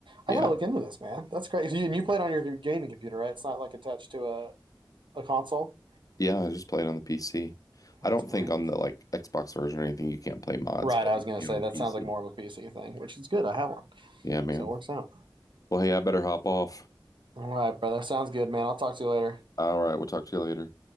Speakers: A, on the left; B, on the right.
A: yeah,
B: I gotta look into this, man. That's great. You, and you played on your gaming computer, right? It's not like attached to a, a console.
A: Yeah, I just played on the PC. I
B: That's
A: don't
B: great.
A: think on the like Xbox version or anything you can't play mods,
B: Right,
A: but
B: I was
A: you
B: gonna
A: can
B: say
A: on the
B: that
A: PC.
B: sounds like more of a PC thing, which is good. I have one,
A: Yeah, man.
B: so it works out.
A: Well, hey, I better hop off.
B: All right, brother. Sounds good, man. I'll talk to you later.
A: All right, we'll talk to you later.